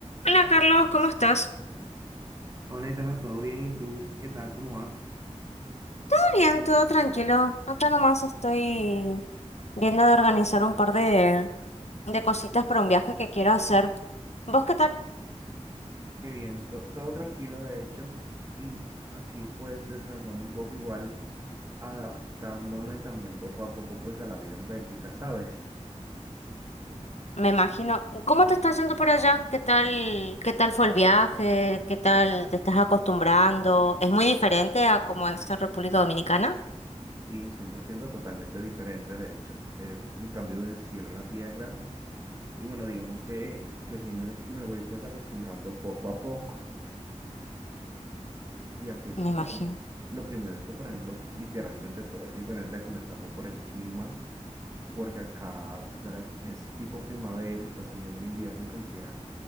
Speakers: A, on the left; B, on the right.
A: Hola Carlos, ¿cómo estás?
B: Hola, Itana, ¿todo bien? ¿Y tú? ¿Qué tal? ¿Cómo vas?
A: Todo Bien, todo tranquilo. Acá nomás estoy viendo de organizar un par de, de cositas para un viaje que quiero hacer. ¿Vos qué tal?
B: Qué bien, to- todo tranquilo de hecho y aquí pues descansando un poco igual, adaptándome también poco a poco pues a la vida en Bélgica, ¿sabes?
A: Me imagino. ¿Cómo te estás yendo por allá? ¿Qué tal, qué tal fue el viaje? ¿Qué tal te estás acostumbrando? ¿Es muy diferente a como es en República Dominicana?
B: Sí, 100% totalmente diferente de hecho, es un cambio del cielo a la tierra y bueno, digamos que, que sí me, me voy pues acostumbrando poco a poco y aquí estamos.
A: Me imagino.
B: Lo primero es que por ejemplo literalmente todo es diferente comenzando por el clima. porque acá, ¿sabes? Es tipo primavera, está saliendo el invierno y como quiera,